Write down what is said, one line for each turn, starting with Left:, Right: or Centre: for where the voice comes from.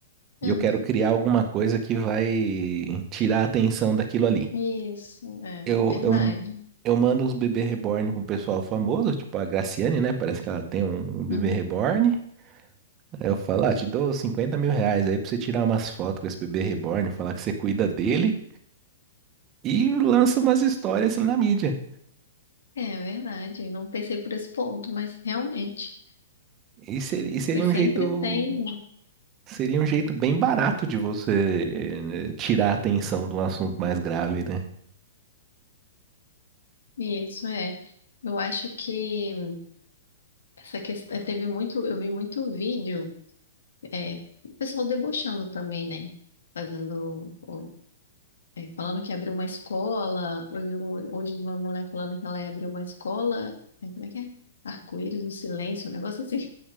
Left: Uhum.
Right: E eu quero criar alguma coisa que vai tirar a atenção daquilo ali.
Left: Isso, é
Right: Eu,
Left: verdade.
Right: eu Eu mando os bebê reborn pro pessoal famoso, tipo a Graciane, né? Parece que ela tem um, um bebê
Left: Uhum.
Right: reborn. Aí eu falo, ah, te dou cinquenta mil reais aí pra você tirar umas fotos com esse bebê reborn, falar que você cuida dele e lança umas histórias assim na mídia.
Left: É verdade, não pensei por esse ponto, mas realmente,
Right: E seria, e seria
Left: porque
Right: um
Left: sempre
Right: jeito,
Left: tem
Right: seria um jeito bem barato de você eh, tirar a atenção de um assunto mais grave, né?
Left: isso, é. Eu acho que essa questão teve muito, eu vi muito vídeo, é, o pessoal debochando também, né? Fazendo, o- é, falando que abriu uma escola. Hoje, um- hoje uma mulher falando que ela ia abrir uma escola. é, Como é que é? Arco-íris do silêncio, um negócio assim, <laughs>